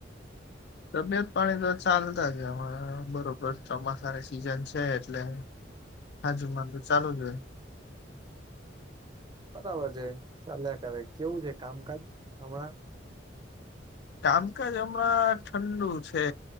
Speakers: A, on the left (about 60°); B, on the right (about 20°).
A: તબિયત પાણી તો ચાલતા જ હણા બરોબર ચોમાસાની સિઝન છે એટલે હાજુ માુ ચાલુ જ હોય.
B: બરાબર છે ચાલ્યા કરે કેવું છે કામકાજ હમણાં
A: કામકાજ હમણાં ઠંડુ છે